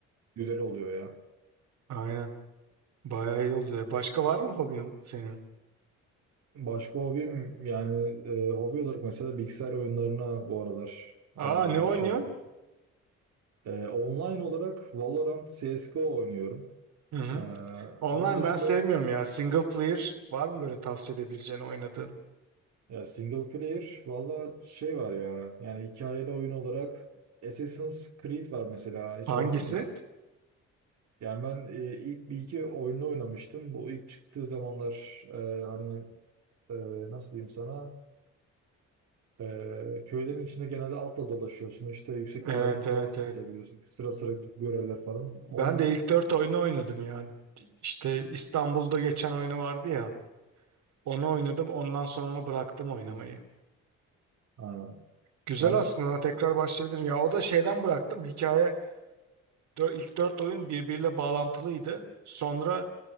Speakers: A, on the right (about 65°); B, on the right (about 80°).
A: Güzel oluyor ya.
B: Aynen. Bayağı iyi oluyor. Başka var mı hobin senin?
A: Başka hobim yani e, hobi olarak mesela bilgisayar oyunlarına bu aralar
B: Aa ne oynuyorsun?
A: e, şey yap- E, online olarak Valorant CSGO oynuyorum.
B: Hı hı.
A: E,
B: Online
A: onun dışında
B: ben sevmiyorum ya. Single player var mı böyle tavsiye edebileceğin oynadığın?
A: ya single player valla şey var ya yani hikayeli oyun olarak Assassin's Creed var mesela hiç
B: Hangisi?
A: oynadın mı? Yani ben e, ilk bir iki oyunu oynamıştım. Bu ilk çıktığı zamanlar e, hani e, nasıl diyeyim sana? Ee, köylerin içinde genelde atla dolaşıyorsun. İşte yüksek
B: Evet
A: yerlerden falan
B: evet
A: atlayabiliyorsun.
B: evet.
A: Sıra sıra göreller falan. Onun
B: Ben de ilk dört oyunu oynadım ya. İşte İstanbul'da geçen oyunu vardı ya. Onu oynadım. Ondan sonra bıraktım oynamayı.
A: ha,
B: Güzel
A: yani,
B: aslında. Ona tekrar başlayabilirim. Ya o da şeyden bıraktım. Hikaye dö- ilk dört oyun birbiriyle bağlantılıydı. Sonra